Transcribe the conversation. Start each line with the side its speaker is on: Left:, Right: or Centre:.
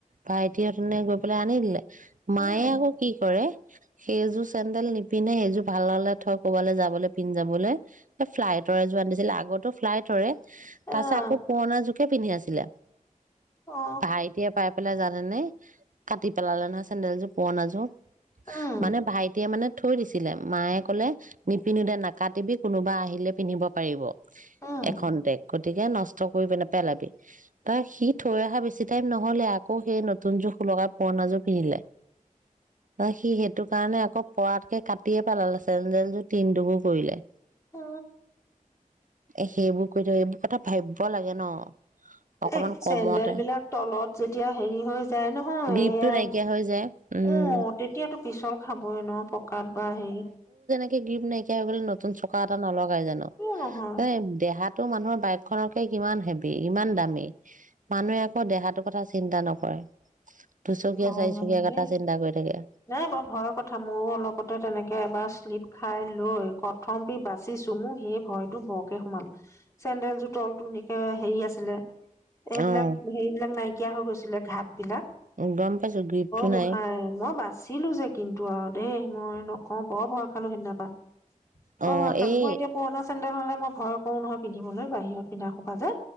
Right: ভাইটিহঁতে গৈ বোলে আনি দিলে মায়ে
Left: উম
Right: আকৌ কি কৰে সেইযোৰ চেডেল নিপিন্ধে সেইযোৰ ভাল হলে থ কবালৈ যাবলৈ পিন্ধ যাবলৈ ফ্লাইটৰে যোৱা আান দিছিল আগতো ফ্লাইটৰে তাৰ
Left: আহ
Right: পিছত আকৌ পুৰণা যোগ কিয় পিন্ধি আছিলে
Left: অ
Right: ভাই এতিয়া পাই পেলাই জানা নে কাটি পেলালে নহ চেন্দডেলযোৰ পুৰণাযোৰ
Left: উম
Right: মানে ভাইটিয়ে মানে থৈ দিছিলে মায়ে কলে নিপিন্ধো দে নাকাটিবি কোনোবা আহিলে পিন্ধিব পাৰিব
Left: উম
Right: এখন দেশ গতিকে নষ্ট নষ্ট কৰি পেনে পেলাবি তাৰ সি থৈ অহা বেছি টাইম নহ'লে আকৌ সেই নতুন যুখ লগা পুৰণা যোৰ পিন্ধিলে ন সি সেইটো কাৰণে আকৌ পৰাতকে কাট দিয়ে পালা লে চেণ্ডেলযোৰ তিনটুকুৰ কৰিলে
Left: অ
Right: এ সেইবোৰ কৰি থ এইবোৰ কথা ভাবিব লাগে ন অকমান
Left: এ
Right: কমতে।
Left: চেন্দেল বিলাক তলত যেতিয়া হেৰি হৈ যায় নহয়
Right: গ্ৰীপটো
Left: এয়া
Right: নাইকিয়া হৈ যায় উম।
Left: অ তেতিয়াতো পিছল খাবই ন পকাত বা হেৰি
Right: গ্ৰিফট নেকি তেৱেঁই বলে নতুন চকা এটা নলগাই জানো
Left: কিয় নহয়
Right: সেই দেহাতো মানুহৰ বাইকৰ খনকে কিমান হেভি ইমান দামী মানুহে আকৌ দেহাটোৰ কথা চিন্তা নকৰে। দুচকীয়া
Left: হয়
Right: চাৰিচকীয়া
Left: দেই
Right: কথা চিন্তা কৰি থাকে।
Left: নাই বৰ ভয়ৰ কথা ময়ো অলপতে তেনেকে এবাৰ শ্লিপ। খাই লৈ প্ৰথমতে বাচিছো মোৰ সেই ভয়টো বৰকে সোমাল চেন্দেল যোৰ তলটো একে হেৰি আছিলে। এইবিলাক
Right: অ
Left: হেইবিলাক নাই। নকিয়া হৈ গৈছিলে ঘাট বিলাক। অ
Right: গম পাইছো গ্ৰীপটো
Left: গোঁসাঁই
Right: নাই।
Left: ন বাছ। আছিলো যে কিন্তু আৰু দেই মই নকওঁ বৰ ভয় খালো সেইদিনাপা।
Right: অ
Left: অই ঘৰ খালো
Right: এই
Left: মই এতিয়া পুৰণা চডেখনলে মই। ভয় কৰো নহয় পিন্ধিবলৈ বাহিৰত পিন্ধা খোবা যে।